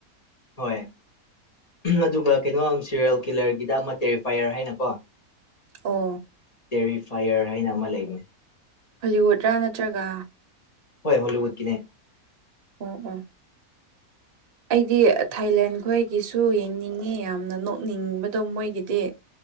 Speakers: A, on the left; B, on the right.
A: ꯍꯣꯏ꯫ ꯑꯗꯨꯒ ꯀꯩꯅꯣ ꯁꯦꯔꯦꯜ ꯀꯤꯂꯔꯒꯤꯗ ꯑꯃ ꯇꯦꯔꯤꯐꯌꯔ ꯍꯥꯏꯅꯀꯣ꯫
B: ꯑꯣ
A: ꯇꯦꯔꯤꯐꯥꯏꯌꯔ ꯍꯥꯏꯅ ꯑꯃ ꯂꯩꯃꯦ꯫
B: ꯍꯣꯂꯤꯋꯨꯗꯔꯥ ꯅꯠꯇ꯭ꯔꯒ
A: ꯍꯣꯏ ꯍꯣꯂꯤꯋꯨꯠꯀꯤꯅꯦ꯫
B: ꯑꯣ ꯑꯥ꯫
A: <inaudible>
B: ꯑꯩꯗꯤ ꯊꯥꯏꯂꯦꯟ ꯈꯣꯏꯒꯤꯁꯨ ꯌꯦꯡꯅꯤꯡꯉꯤ ꯌꯥꯝꯅ ꯅꯣꯛꯅꯤꯡꯕꯗꯣ ꯃꯣꯏꯒꯤꯗꯤ꯫